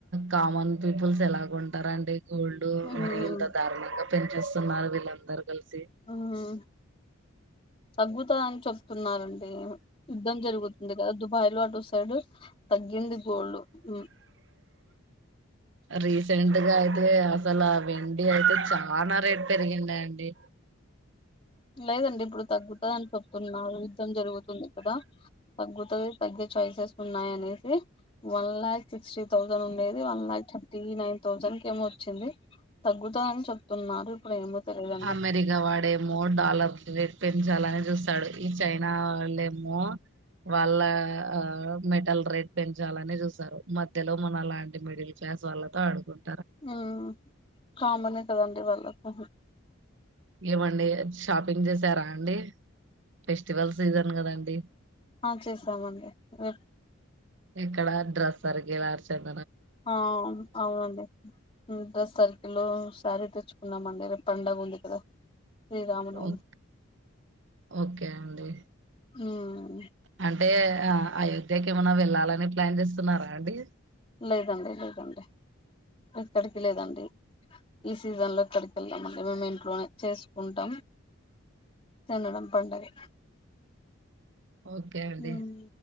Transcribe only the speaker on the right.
కామన్ పీపుల్స్ ఎలా కొంటరండి గోల్డు
మరి ఇంత దారుణంగా పెంచేస్తున్నారు వీళ్ళందరూ కలిసి
రీసెంట్గా అయితే అసల్ ఆ వెండి అయితే చానా రేట్ పెరిగిందండి.
అమెరికా వాడేమ్ మో డాలర్ రేట్ పెంచాలని చూస్తాడు. ఈ చైనా వాళ్ళేమో వాళ్ళా ఆ మెటల్ రేట్ పెంచాలని చూస్తారు. మధ్యలో మన లాంటి మిడిల్ క్లాస్ వాళ్ళతో ఆడుకున్
ఏవండీ షాపింగ్ చేసారా? అండి ఫెస్టివల్ సీజన్ కదండి
ఇక్కడ డ్రస్ అరిగేలార్చర్
ఓక్ ఓకె అండి
అల్ టే ఆ అయోధ్యకి ఏమైనా వెళ్ళాలని ప్లాన్ చేస్తున్నారా అండి
ఓకే అండి